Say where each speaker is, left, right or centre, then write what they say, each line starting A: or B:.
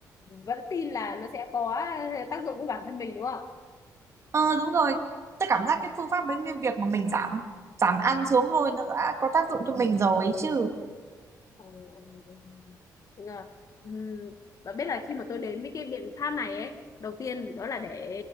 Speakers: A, on the left (about 50°); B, on the right (about 40°).
A: vẫn tin là nó sẽ có tác dụng với bản thân mình đúng không
B: ờ đúng rồi tôi cảm giác cái phương pháp bánh nguyên việc mà mình giảm giảm ăn xuống thôi nó đã có tác dụng cho mình rồi ấy chứ
A: Ừ, ừ, ừ. Đúng rồi. Ừm, Và biết là khi mà tôi đến với cái biện pháp này ấy, đầu tiên đó là để